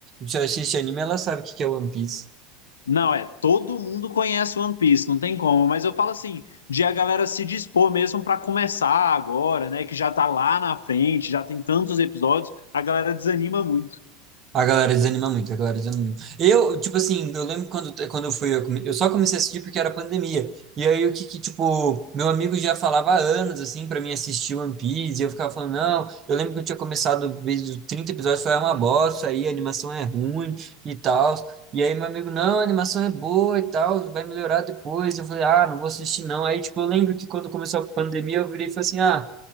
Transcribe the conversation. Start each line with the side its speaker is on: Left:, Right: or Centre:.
Right: só assiste anime, ela sabe o que que é One Piece.
Left: Não, é, todo mundo conhece One Piece, não tem como, mas eu falo assim, de a galera se dispor mesmo pra começar agora, né, que já tá lá na frente, já tem tantos episódios, a galera desanima muito.
Right: A galera desanima muito, a galera desanima muito. Eu, tipo assim, eu lembro quando, quando eu fui, eu, come- eu só comecei a assistir porque era pandemia. E aí o que que, tipo, meu amigo já falava há anos, assim, pra mim assistir One Piece, e eu ficava falando, não, eu lembro que eu tinha começado vezes 30 episódios, foi uma bosta, aí a animação é ruim e tal. E aí meu amigo, não, a animação é boa e tal, vai melhorar depois. Eu falei, ah, não vou assistir não. Aí, tipo, eu lembro que quando começou a pandemia, eu virei e falei assim, ah,